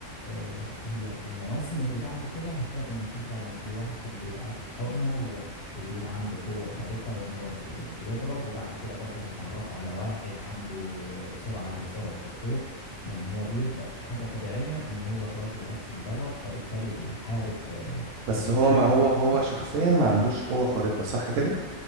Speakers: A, on the left (about 55°); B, on the right (about 70°).
A: آه، هي المواسم اللي بعد كده هتلاقي ان في فعلا في واحد كان بيبقى اخد حقنة و- وبيبقى عنده قوة خارقة ان هو ب- بيضرب وبعد كده برضه هيتعرفوا على واحد عنده سرعة زي سرعة الضوء يعني هو بيبدأ بحاجة طبيعية ان هو الراجل بس اتدرب فبالتالي بيحارب آه،
B: بس
A: بس
B: هو
A: بشكل
B: ما هو
A: متقن
B: هو شخصيا ما عندوش قوة خارقة صح كده